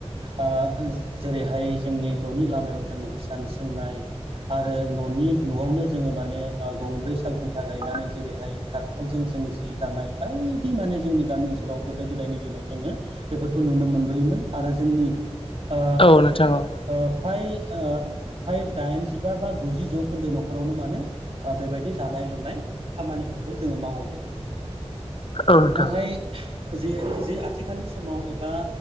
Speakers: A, on the right; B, on the left.
A: ओ जेरैहाय जोंनि न'नि लामायाव जोङो हिसान सोंनाय आरो न'नि न'आवनो जोङो माने ओ गंब्रै साल खुन्था गायनानै जेरैहाय दाथखालजों जों जि दानाय बायदि माने जोंनि गामि ओनसोलाव गोदो गोदायनि दिनाव जोङो बेफोरखौ नुनो मोनबोयोमोन आरो जोंनि ओ
B: औ नोंथां औ
A: ओ फ्राय ओ फ्राय दाइनजि जिबा बा गुजि जौखोन्दो न'खरावनो माने बेबायदि दानाय लुनाय खामानिफोरखौ जोङो मावोमोन
B: औ नोथां
A: नाथाय जे जे आथिखालनि समाव एबा